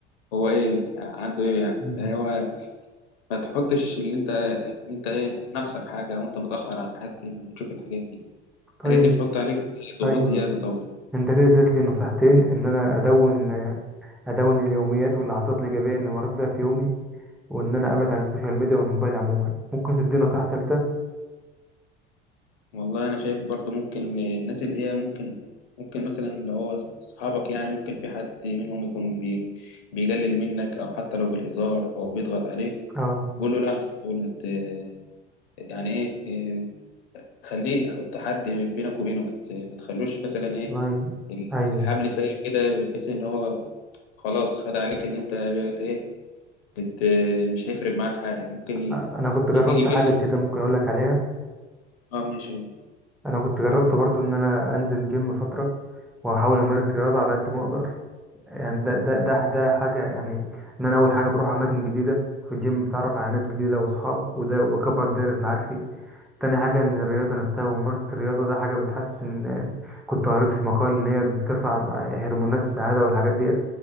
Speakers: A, on the left; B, in the centre.
A: هو ايه عنده ايه يعني
B: مم.
A: فهو ما تحطش اللي انت ان انت ايه ناقصك حاجة او انت متأخر عن حد لما تشوف الحاجات دي
B: طيب
A: الحاجات دي بتحط عليك ضغوط
B: ايوه
A: زيادة
B: أيوة.
A: طبعا
B: أنت كده اديت لي نصيحتين إن أنا أدون أدون اليوميات واللحظات الإيجابية اللي مريت بيها في يومي وإن أنا أبعد عن السوشيال ميديا والموبايل عموما ممكن تديني نصيحة تالتة
A: والله انا شايف برضو ممكن الناس اللي هي ممكن ممكن مثلا اللي هو اصحابك يعني ممكن في حد منهم يكون بي بيقلل منك او حتى لو بالهزار او بيضغط عليك
B: اه
A: قول له لا تقول ما ت- يعني ايه إيه، خليه يحط حد بينك وبينه ما ت- ما تخلوش مثلا ايه
B: والله ايوه
A: الحبل سايب كده بحيث ان هو خلاص خد عليك ان انت بقت ايه بت مش هيفرق معاك حاجه ممكن يجي
B: أنا كنت جربت
A: يجي
B: حاجة كده
A: لي
B: ممكن أقول لك عليها
A: اه ماشي
B: انا كنت جربت برضو ان انا انزل جيم فتره واحاول امارس رياضه على قد ما اقدر يعني ده ده ده ده حاجة يعني إن أنا أول حاجة بروح أماكن جديدة في الجيم بتعرف على ناس جديدة وأصحاب وده وبكبر دايرة معارفي تاني حاجة إن الرياضة نفسها وممارسة الرياضة ده حاجة بتحسن كنت قريت في مقال إن هي بترفع هرمونات السعادة والحاجات ديت